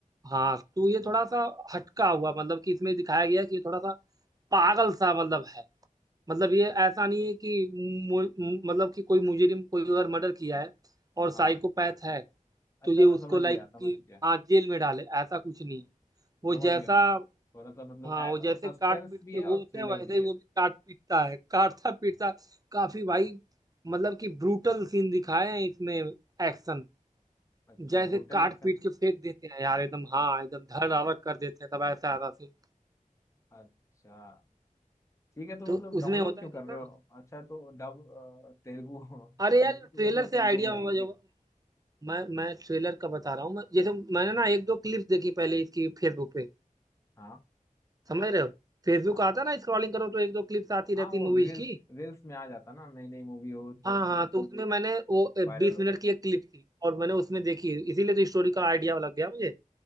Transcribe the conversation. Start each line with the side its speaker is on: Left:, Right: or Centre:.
Right: हाँ तो ये थोड़ा सा हटका हुआ मतलब कि इसमें दिखाया गया कि ये थोड़ा सा पागल सा मतलब है मतलब ये ऐसा नहीं है कि मु- मु- मतलब कि कोई मुजरिम कोई अगर मर्डर किया है और
Left: हाँ
Right: साइकोपैथ है तो
Left: अच्छा
Right: ये उसको
Left: मैं समझ
Right: लाइक
Left: गया समझ
Right: कि
Left: गया
Right: हाँ जेल में डाले ऐसा कुछ नहीं है वो
Left: समझ
Right: जैसा
Left: गया मैं थोड़ा सा मतलब
Right: हाँ वो जैसे
Left: सस्पेंस
Right: काट पीट
Left: भी
Right: के
Left: है
Right: वो
Left: और
Right: होते
Left: थ्रिलर
Right: हैं वैसे
Left: भी
Right: ही
Left: है
Right: वो भी काट पीटता है काटता पीटता काफी भाई मतलब कि ब्रूटल सीन दिखाए हैं इसमें एक्शन
Left: अच्छा
Right: जैसे
Left: ब्रूटल
Right: काट
Left: एक्शन
Right: पीट के फेंक देते
Left: है
Right: हैं यार एकदम हाँ एकदम धड़ धाड़ कर देते हैं तब ऐसा आता सीन
Left: अच्छा ठीक है तो
Right: तो
Left: मतलब डाउनलोड
Right: उसमें होता
Left: क्यों
Right: क्या
Left: कर रहे
Right: ना
Left: हो अच्छा तो डब तेलुगु <laughs>
Right: अरे यार
Left: मूवी तो
Right: ट्रेलर
Left: मतलब तेलुगु
Right: से आइडिया
Left: में आई होगी
Right: जो
Left: ना
Right: मैं मैं ट्रेलर का बता रहा हूँ मैं- जैसे मैंने ना एक दो क्लिप्स देखी पहले इसकी फेसबुक पे
Left: हाँ
Right: समझ रहे हो फेसबुक
Left: हाँ
Right: आता ना स्क्रॉलिंग करो तो एक दो क्लिप्स आती
Left: हाँ
Right: रहती
Left: वो
Right: मूवीज
Left: रील्स
Right: की
Left: रील्स में आ जाता ना नई नई मूवी हो तो
Right: हाँ
Left: उसके
Right: हाँ तो उसमें मैंने वो
Left: वायरल
Right: बीस
Left: हो
Right: मिनट
Left: जाता
Right: की एक क्लिप थी और मैंने उसमें देखी इसीलिए तो स्टोरी का आइडिया लग गया मुझे